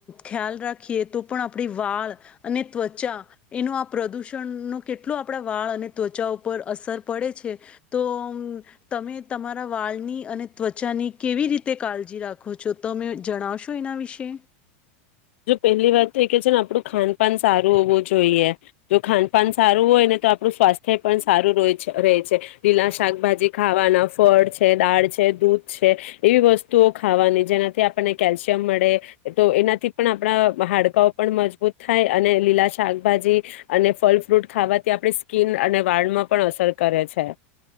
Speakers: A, on the left (about 15°); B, on the left (about 70°).
A: ખ્યાલ રાખીએ તો પણ આપણી વાળ અને ત્વચા એનું આ પ્રદૂષણનો કેટલો આપણા વાળ અને ત્વચા ઉપર અસર પડે છ છે, તો અં તમે તમારા વાળની અને ત્વચાની કેવી રીતે કાળજી રાખો છો? તમે જણાવશો એના વિશે?
B: જો પેલ્લી વાત તો એ કે છે ને આપણું ખાનપાન સારું હોવું જોઈએ, જો ખાનપાન સારું હોય ને તો આપણું સ્વાસ્થ્ય પણ સારું રોય છે રે છે, લીલા શાકભાજી ખાવાના, ફળ છે, દાળ છે, દૂધ છે એવી વસ્તુઓ ખાવાની જેનાથી આપણને કેલ્શિયમ મળે, તો એનાથી પણ આપણા હાડકાઓ પણ મજબૂત થાય અને લીલા શાકભાજી અને ફલ ફ્રૂટ ખાવાથી આપણી સ્કીન અને વાળમાં પણ અસર કરે છે.